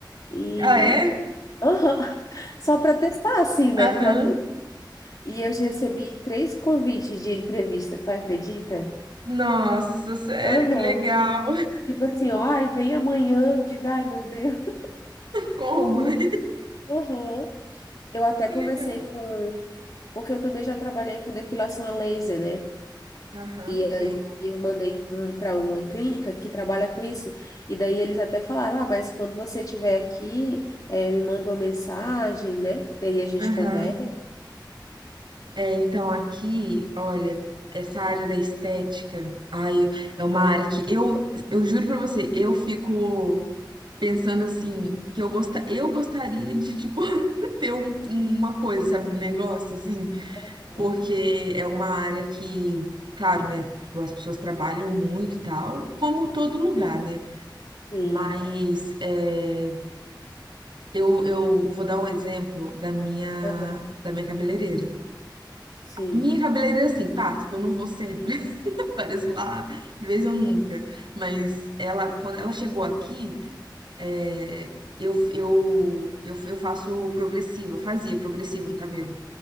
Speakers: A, on the left; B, on the right.
A: e
B: Ah, é?
A: Aham. <laughs> só para testar assim, né,
B: Aham.
A: para ver. E eu já recebi três convites de entrevista, tu acredita?
B: Nossa, sério,
A: Aham.
B: que legal.
A: Tipo assim, ó, ai, vem amanhã, Eu digo, ai, meu Deus, <laughs>
B: <laughs> Como,
A: como?
B: né?
A: Aham. Eu até
B: Que
A: conversei
B: legal.
A: com, porque eu também já trabalhei com depilação a laser, né?
B: Aham,
A: E
B: sei.
A: aí eu mandei um para uma clínica que trabalha com isso. E daí eles até falaram: ah, mas quando você estiver aqui, eh, me manda uma mensagem, né? Daí a gente
B: Aham.
A: conversa.
B: É, então aqui, olha, essa área da estética, ai, eu- é uma área que eu, eu juro pra você, eu fico pensando assim, que eu gosta, eu gostaria de, tipo, <laughs> ter um- uma coisa, sabe, um negócio assim,
A: Aham.
B: porque é uma área que, claro, né, tipo, as pessoas trabalham muito e tal, como todo lugar, né?
A: Sim,
B: Mas é, eu, eu vou dar um exemplo da minha,
A: aham,
B: da minha cabeleireira.
A: sim,
B: Minha cabeleireira, é assim, pá, tipo, eu não vou sempre. <laughs> Apareço lá, de vez ou nunca. Mas ela, quando ela chegou aqui, é, eu, eu, eu, eu faço progressiva, fazia progressivo no cabelo.